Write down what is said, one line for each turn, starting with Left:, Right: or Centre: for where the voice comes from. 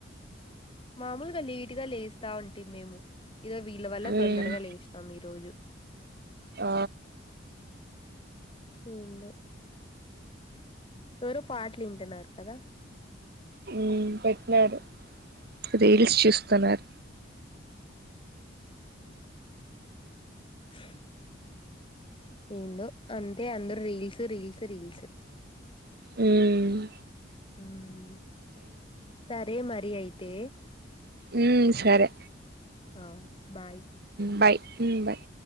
Left: మామూలుగా లేటుగా లేస్తా ఉంటిమి మేము ఇదో వీళ్ళ వల్ల
Right: ఉమ్
Left: తొందరగా లేష్ణం ఈరోజు
Right: ఆ
Left: ఏందో ఎవరో పాటల్ఇంటున్నారు కదా
Right: హ్మ్ పెట్టినారు రీల్స్
Left: ఆ
Right: చుస్తునారు
Left: హ ఏందో అంతే అందరు రీల్స్ రీల్స్ రీల్స్
Right: హ్మ్
Left: హ్మ్ సరే మరి అయితే
Right: ఉ సరే
Left: ఆ బాయ్
Right: బాయ్ మ్ బాయ్